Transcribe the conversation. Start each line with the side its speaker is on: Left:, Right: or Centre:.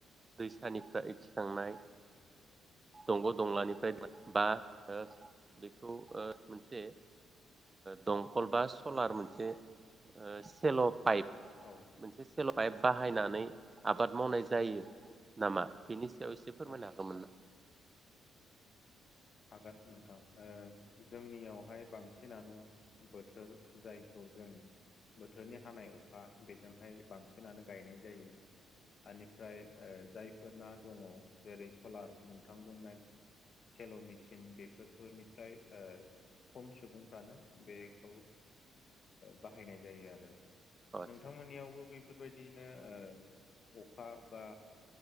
Right: दैसानिफ एखिखांनाय दंग' दंलानिफ्राय <unintelligible> बा ओह बेखौ ओ मोनसे दंखल बा सलार मोनसे सेलब पाइप
Left: औ
Right: मोनसे सेल' पाइप बाहायनानै आबाद मावनाय जायो नामा? बेनि बेयाव एसे फोरमायनो
Left: औ
Right: हागौमोन ना?
Left: हागोन नोंथां। जोंनियावहाय बांसिनानो बोथोर जायखौ जों बोथोरनि हानाय अखा बेजोंहाय बांसिनानो गायनाय जायो। बेनिफ्राय जायफोरना दङ जेरै सलार नोंथां बुंनाय सेल' मि सिन बेफोरफोरनिफ्राय ओ खम सुबुंफ्रानो बेखौ ओ बाहायनाय जायो आरो।
Right: अ आदसा
Left: नोंथांमोननियावबो बे बेफोरबायदियैनो अखा बा